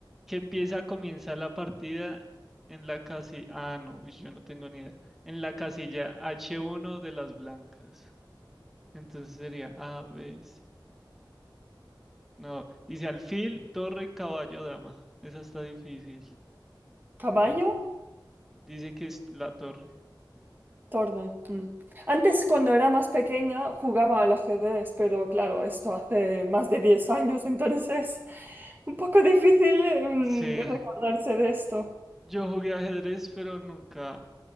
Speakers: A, in the centre; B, on the right.
A: ¿Qué pieza comienza la partida en la casilla? Ah, no, uy, yo no tengo ni idea. En la casilla H1 de las blancas. Entonces sería A, B, C. No, dice alfil, torre, caballo, dama. Esa está difícil.
B: ¿Caballo?
A: Dice, dice que es la torre.
B: Torre. mm. Antes, cuando era más pequeña, jugaba al ajedrez, pero claro, esto hace más de 10 años, entonces <laughs> un poco difícil mm,
A: Sí,
B: recordarse de esto.
A: yo jugué ajedrez, pero nunca